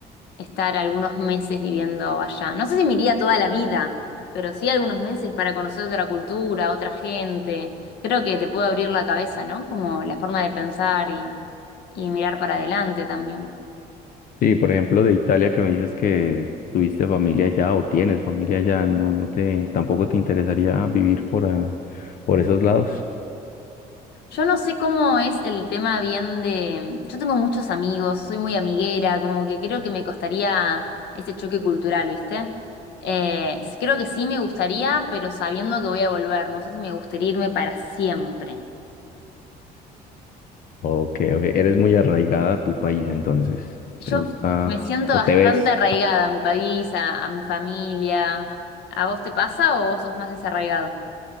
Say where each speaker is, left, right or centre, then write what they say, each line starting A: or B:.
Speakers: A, on the left; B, on the left.
A: estar algunos meses viviendo allá. No sé si me iría toda la vida, pero sí algunos meses para conocer otra cultura, otra gente. Creo que te puede abrir la cabeza, ¿no? Como la forma de pensar y, y mirar para adelante también.
B: Sí, por ejemplo, de Italia que me dices que tuviste familia allá o tienes familia allá, no, no te, tampoco te interesaría vivir por, a- por esos lados.
A: Yo no sé cómo es el tema bien de... Yo tengo muchos amigos, soy muy amiguera, como que creo que me costaría ese choque cultural, ¿viste? Eh, creo que sí me gustaría, pero sabiendo que voy a volver, no sé si me gustaría irme para siempre.
B: Ok, ok, eres muy arraigada a tu país entonces,
A: Yo
B: ¿te gusta
A: me siento
B: o
A: bastante
B: te ves?
A: arraigada a mi país, a, a mi familia. ¿A vos te pasa o vos sos más desarraigado?